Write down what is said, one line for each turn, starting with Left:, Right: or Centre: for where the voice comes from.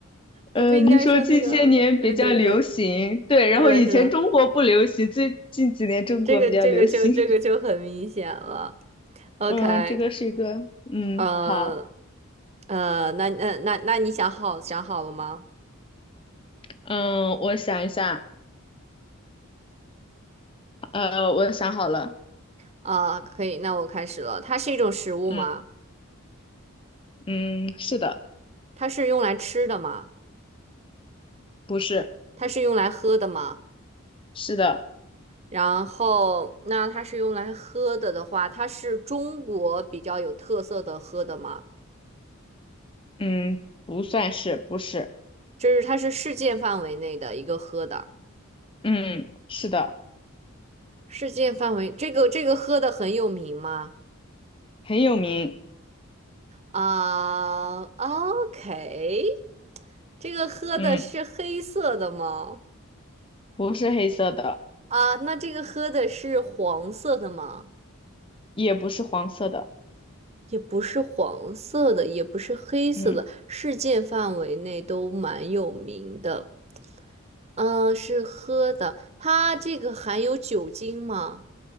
Left: 呃，
Right: 我不应该说那个。
Left: 你说近些年比较流行，
Right: 对对对，
Left: 对，然后以前中国不流行，
Right: 是的，是的，
Left: 最近几年中国比较流行。
Right: 这个这个就这个就很明显了。
Left: <laughs>
Right: OK。
Left: 嗯，这个是一个，嗯，
Right: 呃
Left: 好，
Right: 呃，那那那那你想好想好了吗？
Left: 嗯，我想一下，呃，我想好了，
Right: 啊、可以，那我开始了。它是一种食物吗？
Left: 嗯嗯，是的，
Right: 它是用来吃的吗？
Left: 不是，
Right: 它是用来喝的吗？
Left: 是的，
Right: 然后，那它是用来喝的的话，它是中国比较有特色的喝的吗？
Left: 嗯，不算是，不是，
Right: 就是它是世界范围内的一个喝的，
Left: 嗯，是的，
Right: 世界范围这个这个喝的很有名吗？
Left: 很有名，
Right: 啊，OK、o k 这个喝的是黑色的吗？
Left: 嗯，不是黑色的，
Right: 啊，那这个喝的是黄色的吗？
Left: 也不是黄色的，
Right: 也不是黄色的，也不是黑色的，
Left: 嗯。
Right: 世界范围内都蛮有名的。嗯，是喝的，它这个含有酒精吗？